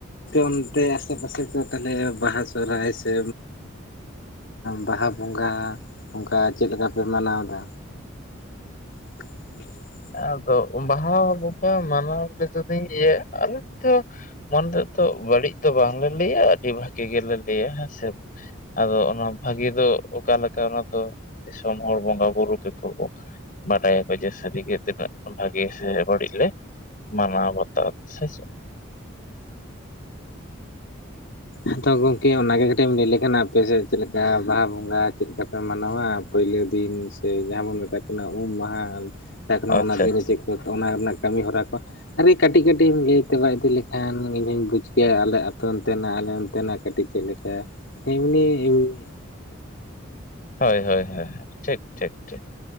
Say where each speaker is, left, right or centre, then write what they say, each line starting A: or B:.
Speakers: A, on the left; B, on the left.
A: ᱚᱱᱛᱮ ᱟᱥᱮ ᱯᱟᱥᱮ ᱠᱚ ᱛᱟᱦᱚᱞᱮ ᱵᱟᱦᱟ ᱥᱚᱨᱦᱟᱭ ᱥᱮ ᱵᱟᱦᱟ ᱵᱚᱸᱜᱟ ᱚᱱᱠᱟ ᱪᱮᱫ ᱞᱮᱠᱟ ᱯᱮ ᱢᱟᱱᱟᱣ ᱫᱟ <inaudible>
B: ᱟᱫᱚ ᱵᱟᱦᱟ ᱵᱚᱸᱜᱟ ᱢᱟᱱᱟᱣ ᱡᱩᱫᱤᱧ ᱟᱞᱮ ᱛᱚ ᱢᱚᱱᱨᱮ ᱛᱚ ᱵᱟᱹᱲᱤᱡ ᱛᱚ ᱵᱟᱝᱞᱮ ᱞᱟᱹᱭᱟ ᱟᱹᱰᱤ ᱵᱷᱟᱹᱜᱮ ᱜᱮᱞᱮ ᱞᱟᱹᱭᱟ ᱦᱮᱸᱥᱮ ᱟᱫᱚ ᱚᱱᱟ ᱵᱷᱟᱹᱜᱤ ᱫᱚ ᱚᱠᱟᱮᱠᱟ ᱚᱱᱟ ᱫᱚ ᱫᱤᱥᱚᱢ ᱦᱚᱲ ᱵᱚᱸᱜᱟ ᱵᱩᱨᱩ ᱜᱮᱠᱚ ᱵᱟᱲᱟᱭ ᱟᱠᱚ ᱡᱮ ᱥᱟᱹᱨᱤ ᱜᱮ ᱛᱤᱱᱟ, ᱜ ᱵᱷᱟᱹᱜᱤ ᱟᱥᱮ ᱵᱟᱲᱤᱞᱮ ᱢᱟᱱᱟ ᱵᱟᱛᱟ ᱥᱮ ᱪᱮᱫ
A: ᱟᱫᱚ ᱜᱚᱝᱠᱮ ᱚᱱᱟᱜᱮ ᱠᱟᱹᱴᱤᱡ ᱮᱢ ᱞᱟᱹᱭ ᱞᱮᱠᱷᱟᱱ ᱟᱯᱮᱥᱮᱫ ᱪᱮᱫᱮ ᱞᱮᱠᱟ ᱵᱟᱦᱟ ᱵᱚᱸᱜᱟ ᱪᱮᱫ ᱞᱮᱠᱟ ᱯᱮ ᱢᱟᱱᱟᱣᱟ ᱯᱳᱭᱞᱳ ᱫᱤᱱ ᱥᱮ ᱡᱟᱦᱟᱸ ᱵᱚᱱ ᱢᱮᱛᱟᱜ ᱠᱟᱱᱟ ᱩᱢ ᱢᱟᱦᱟ ᱠᱷ
B: ᱟᱪᱪᱷᱟ
A: ᱚᱱᱟ ᱫᱤᱱ
B: ᱟᱪᱪᱷᱟ
A: ᱨᱮ ᱪᱮᱫ ᱛ ᱚᱱᱟ ᱨᱮᱱᱟᱜ ᱠᱟᱹᱢᱤ ᱦᱚᱨᱟ ᱠᱚ ᱟᱨᱮ ᱠᱟᱹᱴᱤᱡ ᱠᱟᱹᱴᱤᱡ ᱮᱢ ᱞᱟᱹᱭᱛᱮᱟᱵᱟ ᱤᱫᱤ ᱞᱮᱠᱷᱟᱱ ᱤᱧᱦᱚᱧ ᱵᱩᱡ ᱠᱮᱭᱟ ᱟᱞᱮ ᱟᱹᱛᱩ ᱚᱱᱛᱮᱱᱟᱜ ᱟᱞ ᱛᱮᱱᱟᱜ ᱠᱟᱹᱴᱤᱡ ᱪᱮᱫ ᱞᱮᱠᱟ ᱦᱮ ᱮᱢᱱᱤ ᱮᱢᱱᱤ
B: ᱦᱳᱭ ᱦᱳᱭ ᱦᱭ ᱴᱷᱤᱠ ᱴᱷᱤᱠ ᱴᱷᱤᱠ